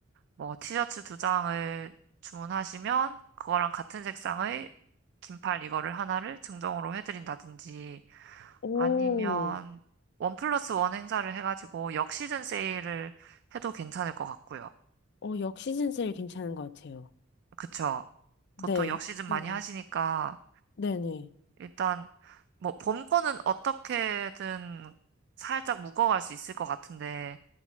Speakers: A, on the right (about 60°); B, on the left (about 60°).
A: 뭐 티셔츠 두 장을 주문하시면 그거랑 같은 색상의 긴팔 이거를 하나를 증정으로 해드린다든지
B: 오,
A: 아니면 원 플러스 원 행사를 해가지고 역시즌 세일을 해도 괜찮을 것 같고요.
B: 어, 역시즌 세일 괜찮은 것 같아요.
A: 그쵸?
B: 네,
A: 보통 역시즌 많이
B: 그,
A: 하시니까
B: 네네.
A: 일단 뭐 봄 거는 어떻게든 살짝 묶어갈 수 있을 것 같은데